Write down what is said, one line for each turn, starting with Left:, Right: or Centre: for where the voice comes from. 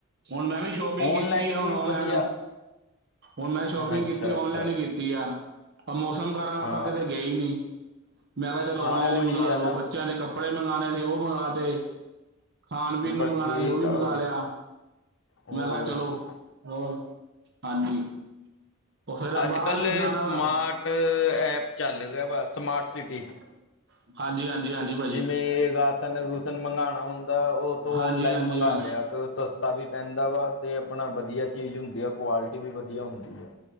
Right: ਹੁਣ ਮੈਂ ਵੀ ਸ਼ੋਪਿੰਗ
Left: ਔਨਲਾਈਨ
Right: ਕੀਤੀ ਆ
Left: ਵੀ
Right: ਹੁਣ ਔਨਲਾਈਨ।
Left: ਵਧੀਆ
Right: ਹੁਣ ਮੈਂ ਸ਼ੋਪਿੰਗ
Left: ਅੱਛਾ
Right: ਕੀਤੀ ਔਨਲਾਈਨ
Left: ਅੱਛਾ
Right: ਹੀ ਕੀਤੀ ਆ। ਮੌਸਮ ਕਾਰਨ ਆਪਾਂ
Left: ਹਾਂ
Right: ਕਿਤੇ ਗਏ ਹੀ ਨਹੀਂ ਮੈਂ ਕਿਹਾ ਚਲ ਔਨਲਾਈਨ
Left: ਹਾਂ ਉਹੀ
Right: ਹੀ ਮੰਗਵਾ
Left: ਹੈ
Right: ਦੋ
Left: ਨਾ
Right: ਬੱਚਿਆਂ ਦੇ ਕੱਪੜੇ ਕੱਪੜੇ ਮੰਗਵਾਉਣੇ ਸੀ ਉਹ ਮੰਗਵਾਤੇ ਖਾਣ ਪੀਣ ਨੂੰ
Left: ਬਸ
Right: ਮੰਗਵਾਉਣਾ
Left: ਠੀਕ
Right: ਸੀ ਉਹ ਵੀ
Left: ਆ
Right: ਮੰਗਵਾ
Left: ਹੋਰ
Right: ਲਿਆ।
Left: ਹੋਰ
Right: ਮੈਂ ਕਿਹਾ ਚਲੋ
Left: ਕੀ
Right: ਹੋਰ ਹਾਂਜੀ। ਉਹ ਫੇਰ
Left: ਅੱਜ
Right: ਬਾਹਰ
Left: ਕੱਲ੍ਹ
Right: ਵੀ ਜਾਣਾ
Left: ਸਮਾਰਟ
Right: ਵਾ
Left: ਐਪ ਚੱਲ ਰਿਹਾਂ ਵਾ ਸਮਾਰਟ ਸਿਟੀ।
Right: <inaudible> ਹਾਂਜੀ, ਹਾਂਜੀ, ਹਾਂਜੀ। ਭਾਜੀ
Left: ਜਿਵੇਂ, ਰਾਸਨ ਰੁਸਨ ਮੰਗਵਾਉਣਾ ਹੁੰਦਾ ਉਹ ਤੋਂ
Right: ਹਾਂਜੀ
Left: ਔਨਲਾਈਨ
Right: ਹਾਂਜੀ
Left: ਮੰਗਵਾ
Right: ਹਾਂ
Left: ਲਿਆ। ਸਸਤਾ ਵੀ ਪੈਂਦਾ ਵਾ ਅਤੇ ਆਪਣਾ ਵਧੀਆ ਚੀਜ਼ ਹੁੰਦੀ ਆ ਕੁਆਲਿਟੀ ਵੀ ਵਧੀਆ ਹੁੰਦੀ ਆ।